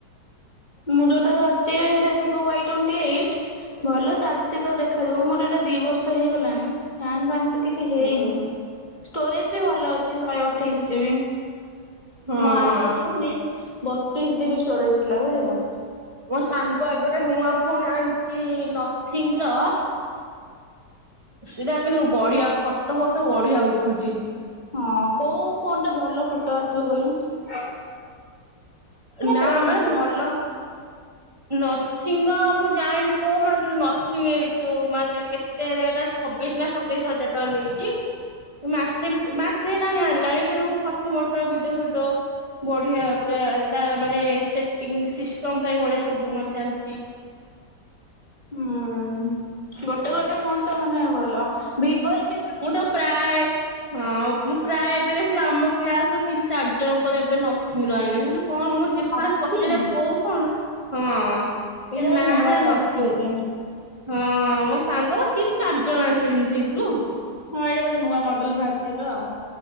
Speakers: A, on the left; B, on the right.
A: ମୁଁ ଯୋଉଟା ଧରଚି ହେଇଟା ଭିବୋ ୱାଇ ଟ୍ବେଣ୍ଟି ଏଇଟ୍। ନହଲେ ଚାଲଚି ତ ଦେଖାଯାଉ ମୋର ଏଇଟା ଦିବର୍ଷ ହେଇଗଲାଣି ହ୍ୟାଙ୍ଗ୍ ଫ୍ୟାଙ୍ଗ୍ ତ କିଛି ହେଇନି
B: ଉଁ
A: ଷ୍ଟୋରେଜ୍ ବି ଭଲ ଅଛି ଶହେ ଅଠେଇଶ ଜିବି।
B: ହଁ
A: ମୋ ଆପରେ ଖାଲି ବତିଶ୍ ଜିବି ଷ୍ଟୋରେଜ୍ ଥିଲା ବୁଝିଲ।
B: ମୋ ସାଙ୍ଗ ଏବେ ଗୋଟେ ନୂଆ ଫୋନ ଆଣିଚି ନଥିଙ୍ଗର। ସେଟା କିନ୍ତୁ ବଢିଆ ଫଟୋ ଫଟୋ ବଢିଆ ଉଠୁଚି।
A: ହଁ କୋଉ ଫୋନଟା ଭଲ ଫଟୋ ଆସିବ କହିଲୁ?
B: ନାଁ
A: କୋଉ
B: ମାନେ
A: ମଡେଲ?
B: ଭଲ ନଥିଙ୍ଗର ଆମ ଯାଏନି କୋଉ ମାନେ କି ନଥିଙ୍ଗି ଯୋଉ ମାନେ କେତେ ରେଟ ଛବିଶ ନା ସତେଇଶ ହଜାର ଟଙ୍କା ନେଇଚି। ମାସେ ଭିତ୍ ମାସେ ହେଲାଣି ଆଣିଲାଣି କିନ୍ତୁ ମୁଁ ଫଟୋ ଫଟୋ ଭିଡିଓ ଫିଡିଓ ବଢିଆ ପୁରା ତା ମାନେ ସେଟିଂ ସିଷ୍ଟମଟା ବି ବଢିଆ ସବୁ ମାନେ ଚାଲ୍
A: ହୁଁ। ଗୋଟେ ଗୋଟେ ଫୋନ ତ ମାନେ ଭଲ ଭିବୋରେ
B: ମୁଁ ତ ପ୍ରାୟେ ହଁ ଅପ୍ ମୁଁ ପ୍ରାୟେ ଏବେ ଦେଖୁଚି ଆମ କ୍ଲାସର ତିନି ଚାରି ଜଣଙ୍କର ଏବେ ନଥିଙ୍ଗର ଆଇଁଲେଣି ମୁଁ କଲେ କଣ ମୁଁ ଯେ
A: ଅଛି
B: ଫାସ୍ ପଚାରିଆ କୋଉ ଫୋନ୍ ହଁ।
A: ଏଇଟା
B: ତାର ନାଁ
A: ନୂଆ
B: ହେଲା
A: ବାହାରିଛି
B: ନଥିଙ୍ଗ।
A: ଏବେ
B: ହଁ ମୋ ସାଙ୍ଗ ପା ତିନ୍ ଚାରି ଜଣ ଆଣିସାଇଲେଣି ସେଇଥିରୁ।
A: ହଁ ଏଇଟା ବୋଧେ ନୂଆ ମଡେଲ ଭାର୍ଚି ଏବେ ଆଉ